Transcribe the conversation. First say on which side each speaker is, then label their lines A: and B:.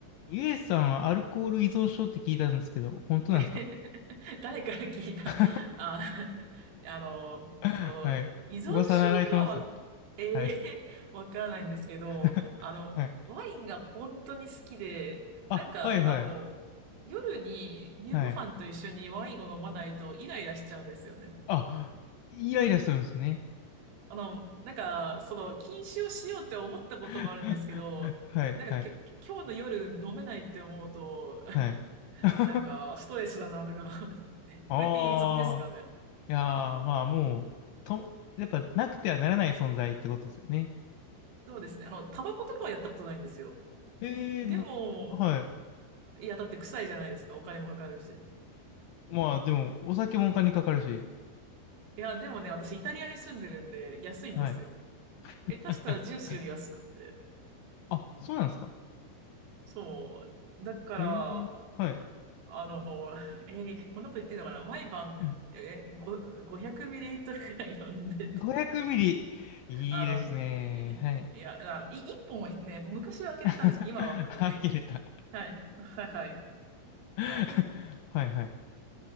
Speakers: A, on the left; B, on the right.
A: ゆえさんはアルコール依存症って聞いたんですけど、本当なんですか
B: <laughs> 誰から聞いたの
A: <laughs>
B: <laughs> あ、あの、
A: はい。
B: そう、依存症かは、
A: 噂流れてますよ。
B: ええ
A: はい。
B: <laughs> わからないんですけど、
A: <laughs>
B: あの、
A: はい。
B: ワインが本当に好きで、
A: あ、
B: なんか、
A: はいはい。
B: あの、夜に夕ご飯と一緒にワインを飲まないとイライラしちゃうんですよね。
A: はい。あ、イライラするんですね。
B: あの、なんか、その、禁酒をしようって思ったこともあるんですけど、
A: <laughs> はいはい
B: なんか、き今日の夜飲めないって思うと、<laughs>
A: はい。<laughs>
B: なんか、ストレスだなとか思って、
A: ああ、
B: これって依存ですかね
A: いやー、まあもう、と、やっぱなくてはならない存在ってことですよね。
B: そうですね。あの、タバコとかはやったことないんですよ。
A: ええー、
B: でも、
A: な、はい。
B: いや、だって臭いじゃないですか。お金もかかるし。い
A: まあでも、お酒もお金かかるし。
B: や、でもね、私イタリアに住んでるんで、安いんですよ。
A: はい。
B: 下手したらジュースより安くって。
A: <laughs> あ、そうなんですか
B: そう。だから、
A: えー、はい。
B: あの、えーこんなこと言ってんのかな毎晩、
A: うん。
B: えー、ご500ミリリットルくらい飲んでて、
A: 500ミリ。いいですね。
B: あの、い、
A: はい。
B: いや、あの、い、1本はね、昔は開けれたんですけど、
A: <laughs>
B: 今は無理で。
A: あ、切れた。
B: <laughs> はい。はいはい。
A: <laughs>
B: あの、
A: はいはい。